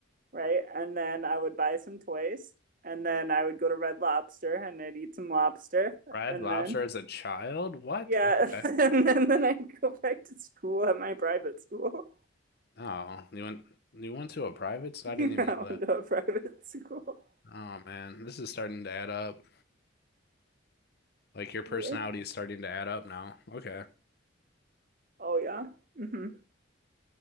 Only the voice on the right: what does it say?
right? And then I would buy some toys, and then I would go to Red Lobster and I'd eat some lobster,
and
then
yeah,
<laughs> and then, then I'd go back to school at my private school.
<laughs>
I
went to a private <laughs> school.
Yeah.
Oh yeah. hmm